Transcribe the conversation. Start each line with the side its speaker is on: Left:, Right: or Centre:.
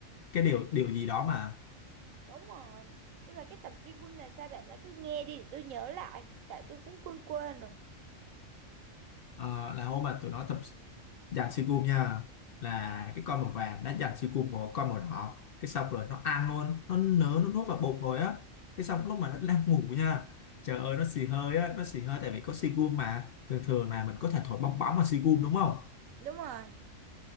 Left: cái điều điều gì đó mà
Right: đúng rồi nhưng mà cái tập Sigum này sao bạn nói tôi nghe đi để tôi nhớ lại tại tôi cũng quên quên rồi
Left: Ờ, là hôm mà tụi nó tập dàn si cùm nha là cái con màu vàng đã dàn si cùm của con màu đỏ cái xong rồi nó ăn luôn nó nớ nó nuốt vào bụng rồi á cái xong lúc mà nó đang ngủ nha trời ơi nó xì hơi á nó xì hơi tại vì có si cùm mà thường thường là mình có thể thổi bong bóng mà si cùm đúng không
Right: đúng rồi